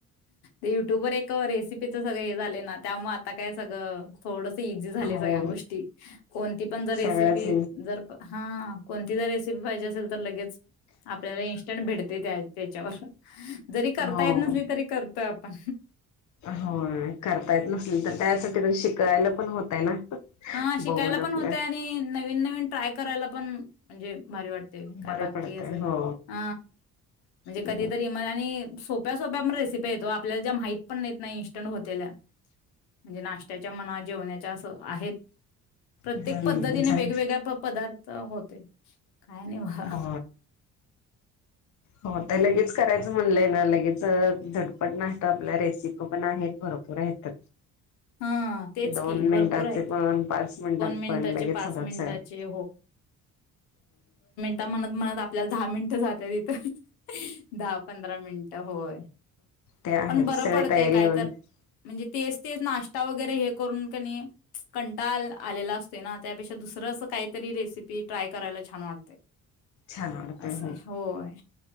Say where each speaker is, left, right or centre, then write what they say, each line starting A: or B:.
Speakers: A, on the left; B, on the left.
A: युट्यूबर एक रेसिपीचं सगळं हे झाले ना त्यामुळे आता काय सगळं थोडस इझी झालं
B: हो
A: सगळ्या गोष्टी कोणती पण जर रेसिपी
B: सगळ्याच
A: जर हा कोणती जर रेसिपी पाहिजे असेल तर लगेच आपल्याला इ ण भेटते त्या त्याच्यावर जरी करता
B: हो.
A: येत नसली तरी कर तर पण
B: हो करता येत नसल तर त्यासाठी पण शिकायला पण होतय ना
A: हा शिकायला
B: बघून आपलं
A: पण होतय आणि नवीन नवीन ट्राय करायला पण म्हणजे भारी वाटते काय
B: बरं
A: बाकी
B: पडतय
A: असं
B: हो.
A: ह म्हणजे
B: हो
A: कधीतरी आणि स सोप्या सोप्या प रेसिपीेतो आपल्याला ज माह पण नाही इंस्ट होते म्हणजे नाश्त्याच्या मना जेवण्याच्या असं आहेत प्रत्येक
B: हम्म
A: पद्धतीने वेगवेगळ्या पदार्थ तर होते काय नाही बघा.
B: हो हो ते लगेच करायचं म्हणलंय ना लगेच झडपट नाहीत आपल्या रेसिपी पण आहेत भरपूर येत
A: हां, तेच
B: दोन
A: की
B: मिनटाचे
A: भरपूर आहेत.
B: पण पाच मिनटात
A: मिनिटाचे,
B: पण लगेच होच
A: मिनिटाचे ता मणत म्हणत आपल्याला दहा मिनिटं जातात तथं दहा पंधरा मिनिट होय
B: ते आहेत
A: पण बरं
B: सगळी
A: पडतेय
B: तयारी
A: काय
B: हा
A: तर म्हणजे तेच तेच नाश्ता वगैरे हे करून <unintelligible> कंटाला आलेला असते ना, -त्यापेक्षा दुसरं असं काहीतरी रेसिपी ट्राय करायला छान वाटते.
B: छान वाटतंय
A: असं होय